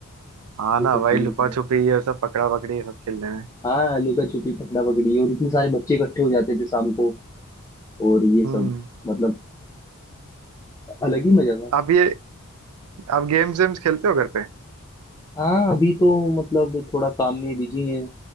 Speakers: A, on the right; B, on the left.
A: हाँ
B: ये
A: ना
B: सब
A: भाई
B: चीजें
A: लुपा
B: तो
A: छुपी
B: है
A: ये सब पकड़ा पकड़ी ये सब खेलने में
B: हाँ लुका छुपी पकड़ा पकड़ी और इतने सारे बच्चे इकट्ठे हो जाते थे शाम को और ये
A: हम्म
B: सब मतलब अलग ही मजा था
A: आप ये आप गेम्स वेम्स खेलते हो घर पे
B: हाँ अभी तो मतलब थोड़ा काम में बिजी है